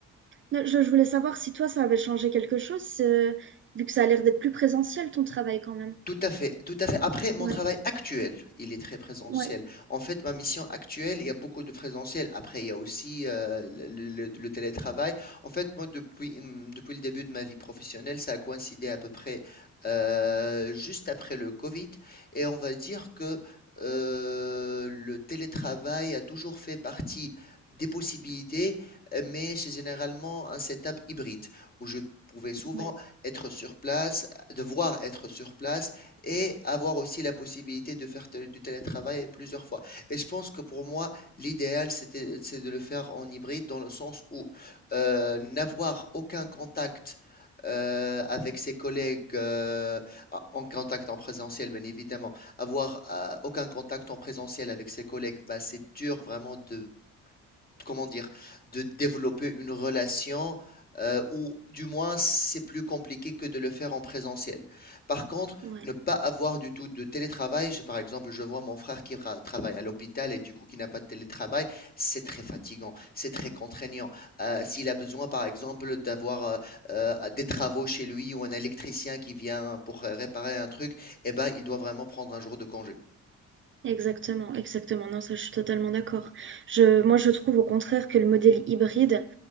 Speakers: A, on the right; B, on the left.
A: Non, je, je voulais savoir si toi, ça avait changé quelque chose, euh, vu que ça a l'air d'être plus présentiel, ton travail quand même.
B: Tout à fait, tout à fait. Après, mon
A: Ouais,
B: travail actuel, il est très présentiel.
A: ouais,
B: En fait, ma mission actuelle, il y a beaucoup de présentiel. Après, il y a aussi euh, le, le- le télétravail. En fait, moi, depuis, hum, depuis le début de ma vie professionnelle, ça a coïncidé à peu près euh, juste après le Covid. Et on va dire que euh, le télétravail a toujours fait partie des possibilités, euh, mais c'est généralement un setup hybride où je pouvais souvent
A: ouais,
B: être sur place, devoir être sur place et avoir aussi la possibilité de faire du télétravail plusieurs fois. Et je pense que pour moi, l'idéal, c'était- c'est de le faire en hybride dans le sens où euh, n'avoir aucun contact euh, avec ses collègues euh, en contact en présentiel, bien évidemment. Avoir euh, aucun contact en présentiel avec ses collègues, bah, c'est dur vraiment de comment dire, de développer une relation euh, ou du moins c'est plus compliqué que de le faire en présentiel. Par contre,
A: ouais.
B: ne pas avoir du tout de télétravail, je- par exemple, je vois mon frère qui ra- travaille à l'hôpital et du coup qui n'a pas de télétravail, c'est très fatigant, c'est très contraignant. Euh, s'il a besoin, par exemple, d'avoir euh, euh, des travaux chez lui ou un électricien qui vient pour euh, réparer un truc, eh ben, il doit vraiment prendre un jour de congé.
A: Exactement, exactement. Non, ça, je suis totalement d'accord. Je, moi, je trouve au contraire que le modèle hybride,